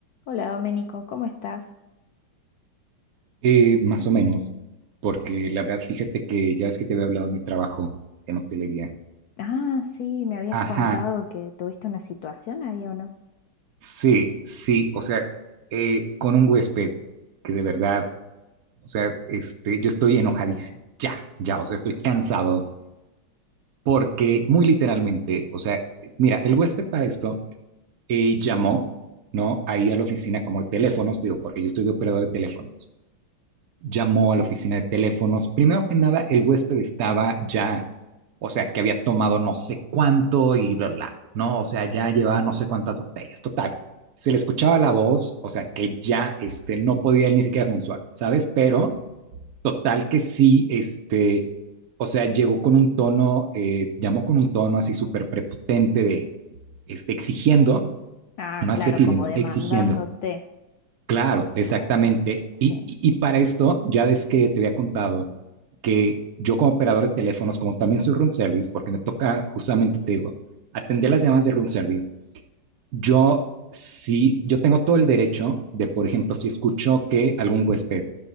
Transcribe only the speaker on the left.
Hola Domenico, ¿cómo estás?
Ah, sí, me habías
contado que tuviste una situación ahí o no.
Ah,
claro,
como demandándote.
No, sí.